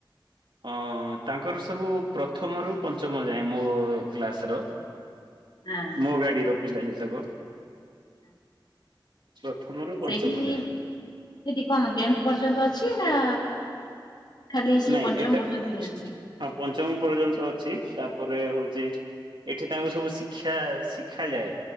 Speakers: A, on the right; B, on the left.
A: ହଁ ତାଙ୍କର ସବୁ ପ୍ରଥମରୁୁ ପଞ୍ଚମ ଯାଏ ମୋ କ୍ଲାସର
B: ହଁ।
A: ମୁଁ ଗାଡ଼ିର ପିଲା ଯେତେକ।
B: ହଁ।
A: ପ୍ରଥମରୁ ପଞ୍ଚମ
B: ସେଇଠି
A: ଯାଏଁ
B: ସେଠି କଣ ଟେନ୍ଥ ପର୍ଯ୍ୟନ୍ତ ଅଛି ନାଆ ଖାଲି ସେ
A: ନାଇଁ
B: ପଞ୍ଚମ
A: ଏଟା
B: ପର୍ଯ୍ୟନ୍ତ ହିଁ ଅଛି
A: ହଁ ପଞ୍ଚମ ପର୍ଯ୍ୟନ୍ତ ଅଛି ତାପରେ ହଉଛି ଏଠି ତାଙ୍କୁ ସବୁ ଶିକ୍ଷା ଶିଖାଯାଏ।